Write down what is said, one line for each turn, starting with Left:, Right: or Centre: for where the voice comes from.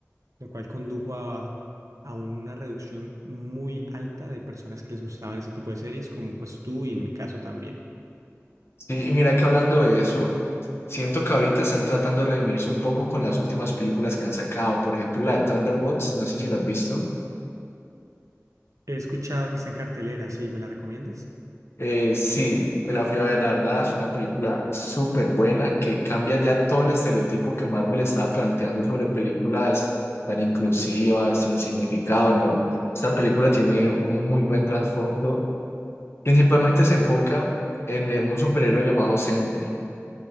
Right: lo cual condujo a, a una reducción muy alta de personas que les gustaban ese tipo de series, como pues tú y en mi caso también.
Left: Sí, y mira que hablando de eso, siento que ahorita están tratando de redimirse un poco con las últimas películas que han sacado. Por ejemplo, la de Thunderbolts, no sé si la has visto.
Right: He escuchado que está en cartelera, ¿sí? ¿Me la recomiendas?
Left: Eh, sí, me la fui a ver, la verdad, es una película súper buena que cambia ya todo el estereotipo que Marvel estaba planteando sobre películas tan inclusivas, sin significado, no. Esta película tiene un muy buen trasfondo. Principalmente se enfoca en eh, un superhéroe llamado Sentry,